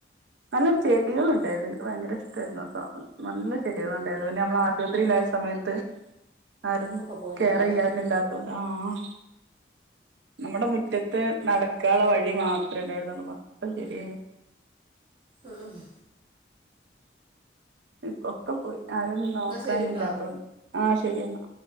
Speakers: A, on the right (about 75°); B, on the right (about 30°).
A: നല്ല ചെടികള ഉണ്ടായിരുന്നു എനിക്ക് ഭയങ്കര ഇഷ്ടമായിരുന്നു ആഹ് സാധനം നല്ല ചെടികൾ ഉണ്ടായിരുന്നു പിന്നെ നമ്മൾ ആശുപത്രിയിലായ സമയത്ത് ആരും
B: ഒക്കെ പോയിണ്ടാവും
A: കേയറ്
B: അല്ലേ
A: ചെയ്യാനില്ലാ ആഹ് നമ്മുടെ മുറ്റത്ത് നട മക്കള വഴി മാത്രമേ ഉണ്ടായിരുന്നുള്ളൂ മൊത്തം ചെടിയ
B: ആഹ് ആഹ്
A: ഇക്കൊക്കെ പോയി ആരൊന്നും നോക്കാനില്ലാത്തോണ്ടെ
B: എന്നാൽ ശരി കേട്ടോ
A: ആഹ് ശരിയെന്നാ